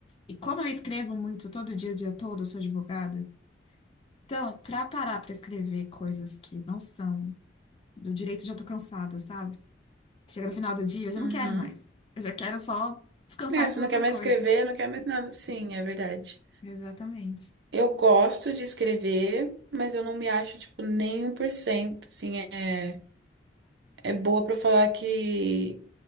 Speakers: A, on the left; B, on the right.
A: E como eu escrevo muito todo dia, o dia todo, eu sou advogada, Então, pra parar pra escrever coisas que não são do direito, eu já tô cansada, sabe? Chega no final do dia, eu já
B: Uhum.
A: não quero mais. Eu já quero só descansar
B: É, você
A: e fazer
B: não
A: outra
B: quer mais
A: coisa.
B: escrever, não quer mais nada. Sim, é verdade.
A: Exatamente.
B: Eu gosto de escrever, mas eu não me acho, tipo, nem um por cento. Assim, é, é boa pra falar que